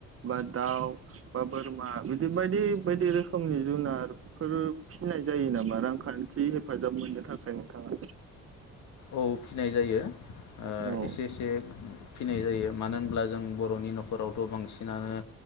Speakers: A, on the right (about 50°); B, on the left (about 75°).
A: बा दाउ बा बोरमा बि दि बायदि बायदि रोखोमनि जुनारफोर फिनाय जायो नामा रांखान्थि हेफाजाब मोननो थाखाय नोंथाङा
B: औ फिसिनाय जायो ओ
A: औ
B: एसे एसे फिसिनाय जायो मानो होनब्ला जों बर'नि न'खरावथ' बांसिनानो